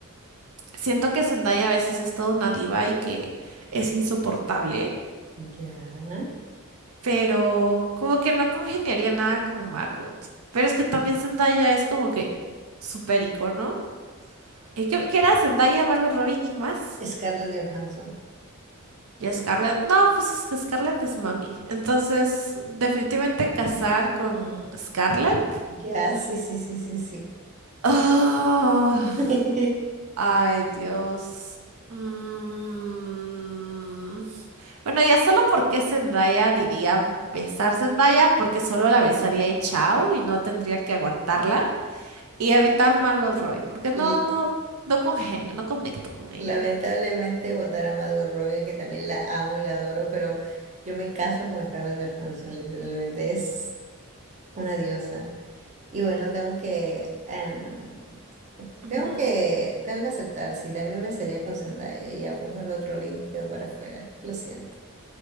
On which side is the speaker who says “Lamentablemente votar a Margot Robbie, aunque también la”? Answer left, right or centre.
Right